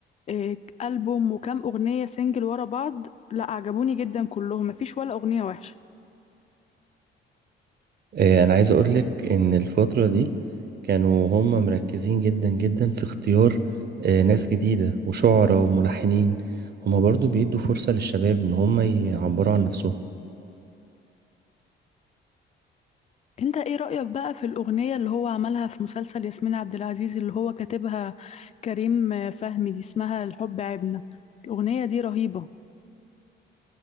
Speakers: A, on the left (about 35°); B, on the right (about 55°).
A: إيه، ألبوم وكام أغنية سنجل ورا بعض لا عجبوني جدا كلهم مفيش ولا أغنية وحشة
B: آه، انا عايز اقولك ان الفترة دي كانوا هم مركزين جدا جدا في اختيار آه، ناس جديدة وشعراء وملحنين هم برضو بيدوا فرصة للشباب ان هم يعبروا عن نفسهم
A: انت ايه رأيك بقى في الأغنية اللي هو عملها في مسلسل ياسمين عبد العزيز اللي هو كاتبها كريم آه، فهمي دي اسمها الحب عيبنا الأغنية دي رهيبة